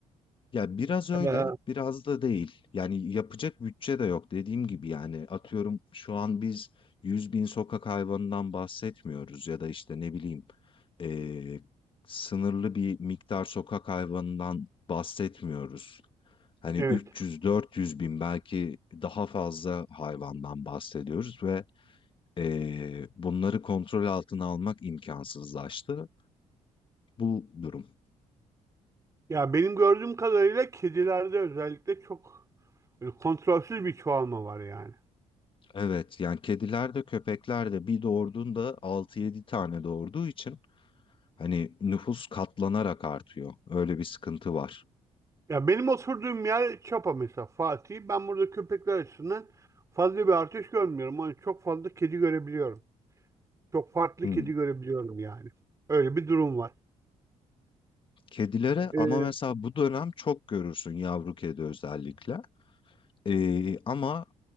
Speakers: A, on the left; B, on the right.
A: Ya biraz öyle,
B: Ee,
A: biraz da değil. Yani yapacak bütçe de yok dediğim gibi yani atıyorum şu an biz 100 bin sokak hayvanından bahsetmiyoruz ya da işte ne bileyim eee, sınırlı bir miktar sokak hayvanından bahsetmiyoruz. Hani
B: evet.
A: üç yüz dört yüz bin belki daha fazla hayvandan bahsediyoruz ve eee, bunları kontrol altına almak imkansızlaştı bu durum.
B: Ya benim gördüğüm kadarıyla kedilerde özellikle çok böyle kontrolsüz bir çoğalma var yani.
A: Evet yani kediler de köpekler de bir doğurduğunda 6-7 tane doğurduğu için hani nüfus katlanarak artıyor. Öyle bir sıkıntı var.
B: Ya benim oturduğum yer Çapa mesela Fatih. Ben burada köpekler açısından fazla bir artış görmüyorum. Ama çok fazla kedi görebiliyorum. Çok farklı
A: Hmm.
B: kedi görebiliyorum yani. Öyle bir durum var.
A: Kedilere
B: Ee,
A: ama mesela bu dönem çok görürsün yavru kedi özellikle. Ee, ama